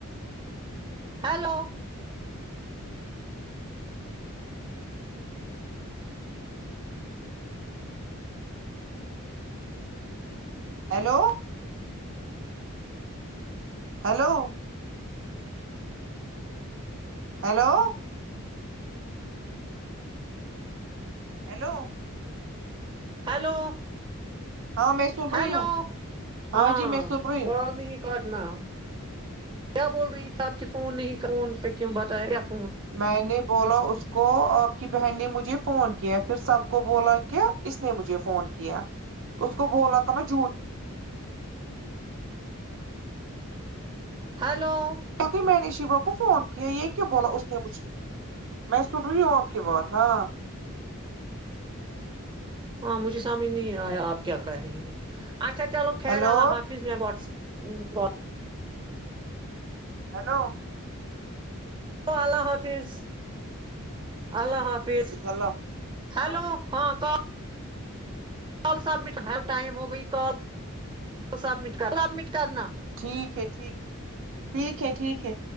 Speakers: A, on the right (about 20°); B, on the right (about 65°).
A: hello
B: hello hello hello hello
A: hello
B: ہاں میں سن
A: ہیلو
B: رہی ہوں
A: ہاں
B: جی میں سن رہی
A: <inaudible>
B: ہوں
A: کاٹنا کیا بول رہی آپ کی فون نہیں کوون پہ کیوں بتایا ایف
B: میں نے بولا اس کو کو آپ کی بہن نے مجھے فون کیا پھر سب کو بولا کہ اس نے مجھے فون کیا اس کو بولا تھا نا جھوٹ
A: ہلو <inaudible>
B: بولتی میں نے شیوا کو فون کیا یہ کی بولا اس نے مجھے میں سن رہی ہوں آپ کی بات ہاں
A: ہاں مجھے سمجھ نہیں آیا آپ کیا کرہ رہی ہیں اچھا چلو خیر
B: ہیلو
A: اللہ حافظ پز میں واٹس ب <unintelligible>
B: ہیلو
A: ہیلو اللہ حافظ اللہ حافظ
B: اللہ حافظ
A: ہلو
B: اللہ حافظ
A: <unintelligible> ہاں ک <unintelligible> کال سبمٹ ہ ٹائم ہو گئی کال سبمٹ کر سبمٹ کرنا
B: ٹھیک ہے ٹھیک ٹھیک ہے ٹھیک ہے